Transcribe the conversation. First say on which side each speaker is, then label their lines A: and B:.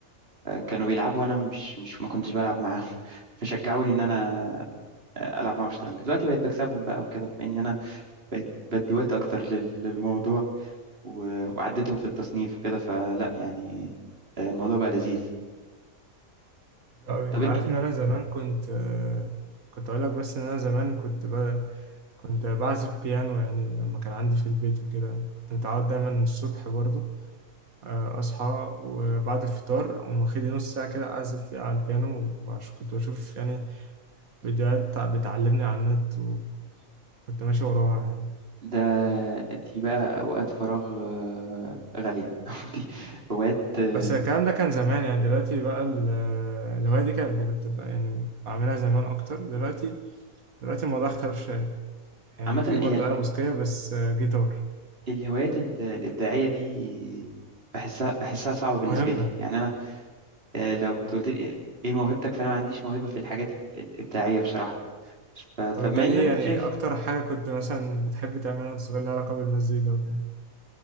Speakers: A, on the right; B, on the right.
A: كانوا بيلعبوا وانا مش مش ما كنتش بلعب معاهم <laughs> فشجعوني ان انا العب معاهم شطرنج دلوقتي بقيت بكسبهم بقى وكده بما ان انا بقيت بدي وقت اكتر لل- للموضوع و- وعدتهم في التصنيف وكده فلا يعني آه، الموضوع بقى لذيذ
B: أوي.
A: طب
B: انت
A: انت
B: عارف ان انا زمان كنت آه، كنت اقول لك بس ان انا زمان كنت ب... كنت بعزف بيانو يعني لما كان عندي في البيت وكده كنت متعود دايما الصبح برضو آه، اصحى وبعد الفطار اقوم واخد نص ساعه كده اعزف فيها على البيانو وعش كنت بشوف يعني فيديوهات بتعلمني على النت وكنت ماشي وراها يعني
A: ده دي بقى اوقات فراغ آه، غالية <laughs> دي هوايات آه،
B: بس الكلام ده كان زمان يعني دلوقتي بقى ال- الهوايه دي كانت كنت بقى يعني بعملها زمان اكتر دلوقتي دلوقتي الموضوع اختلف شويه يعني
A: عامة
B: في برضه
A: هي ال-
B: آلة موسيقية بس آه، جيتار
A: الهوايات ال- الإبداعية دي بحسها بحسها صعبة بالنسبة
B: مهمة
A: لي يعني أنا آه، لو تقول لي ايه إيه موهبتك فانا ما عنديش موهبه في الحاجات ال- الابداعيه بصراحه ف- فبما
B: طب انت ايه
A: ان انت
B: يعني
A: شايف
B: اكتر حاجة كنت مثلا بتحب تعملها وانت صغير لها علاقة بالمزيكا وكده